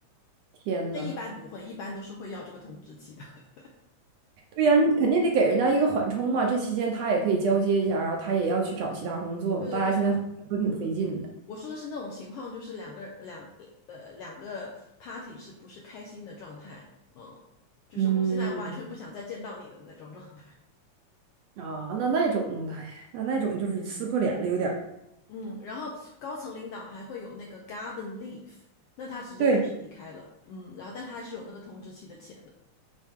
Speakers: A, on the right; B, on the left.
A: 天呐。
B: 但一般不会，一般都是会要这个通知期的。<laughs>
A: 对呀，你肯定得给人家一个缓冲嘛。这期间他也可以交接一下，然后他也要去找其他工作嘛。
B: 对对对，
A: 大家现在活着都挺费劲的。
B: 嗯，我说的是那种情况，就是两个人两呃两个 party 是不是开心的状态？嗯，就是我现在完全不想再见到你的那种状态。
A: 嗯，啊，那那种，哎呀那那种就是撕破脸了，有点儿。
B: 嗯，然后高层领导还会有那个 garden leave，那他直接就是离开了，
A: 对，
B: 嗯，然后但他还是有那个通知期的钱的，